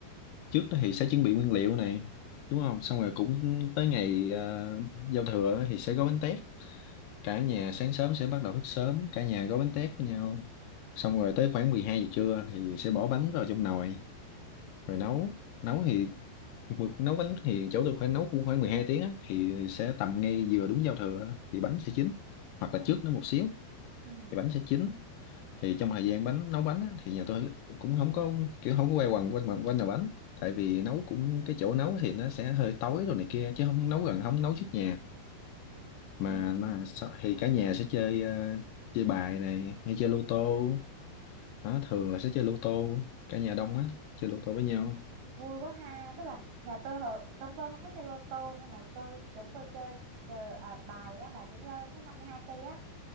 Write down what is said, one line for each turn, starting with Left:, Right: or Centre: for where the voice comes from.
Left: trước đó thì sẽ chuẩn bị nguyên liệu này đúng không xong rồi cũng tới ngày à, giao thừa á thì sẽ gói bánh tét cả nhà sáng sớm sẽ bắt đầu thức sớm cả nhà gói bánh tét với nhau xong rồi tới khoảng 12 giờ trưa thì sẽ bỏ bánh vào trong nồi rồi nấu nấu thì nấu bánh thì chỗ tôi khoảng nấu cũng khoảng 12 tiếng á thì sẽ tầm ngay vừa đúng giao thừa á, thì bánh sẽ chín hoặc là
Right: Ừ.
Left: trước nó một xíu
Right: Ừ.
Left: thì bánh sẽ chín thì trong thời gian bánh nấu bánh á, thì nhà tôi cũng không có kiểu không có quay quần quanh mà quanh nhà bánh tại vì nấu cũng cái chỗ nấu thì nó sẽ hơi tối rồi này kia chứ không nấu gần không nấu trước nhà
Right: ừ
Left: mà nó, sợ- thì cả nhà sẽ chơi ờ, chơi bài này hay chơi lô tô đó, thường là sẽ chơi lô tô cả nhà đông á chơi lô tô với nhau
Right: vui quá ha tức là nhà tôi hờ- trong tôi không có chơi lô tô nhưng mà tôi chúng tôi chơi cờ à, bài á bài tiếng lên nó 52 cây á